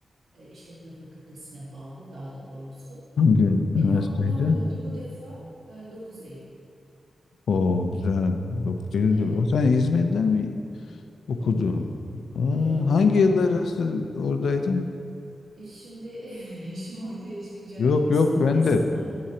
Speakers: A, on the right; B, on the left.
A: e, İşletme Fakültesine bağlı daha da doğrusu.
B: Hangi
A: E,
B: üniversiteydi?
A: ne, ne oluyordu? Bu defa e, 9 Eylül.
B: O güzel. 9 Eylül'de.
A: Evet
B: O sen İzmir'de mi okudun?
A: okudum.
B: Aa,
A: Evet
B: hangi yıllar
A: evet.
B: arası oradaydın?
A: E, şimdi <laughs> yaşım ortaya çıkacak
B: Yok
A: doksanların
B: yok ben
A: sonu.
B: de